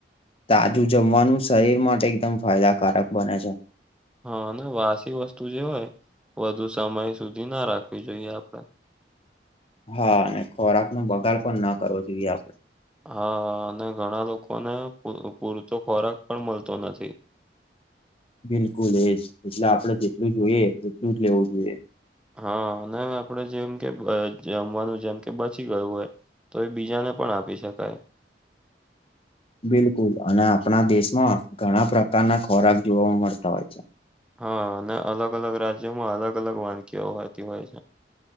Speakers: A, on the left; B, in the centre.
A: તાજું જમવાનું શરીર માટે એકદમ ફાયદાકારક બને છે.
B: હા અને વાસી વસ્તુ જે હોય વધુ સમય સુધી ના રાખવી જોઈએ આપણે.
A: હા અને ખોરાક નો બગાડ પણ ના કરવો જોઈએ આપણે.
B: હા હા અને ઘણા લોકોને પૂરતો ખોરાક પણ મળતો નથી.
A: બિલકુલ એજ એટલે આપડે જેટલું જોઈએ એટલું જ લેવું જોઈએ.
B: હા ને આપડે જેમ કે જમવાનું જેમ કે બચી ગયું હોય તો એ બીજાને પણ આપી શકાય.
A: બિલકુલ અને આપણા દેશમાં ઘણા પ્રકારના ખોરાક જોવા મળતા હોય છે.
B: હા અને અલગ અલગ રાજ્યોમાં અલગ અલગ વાનગીઓ હોતી હોય છે.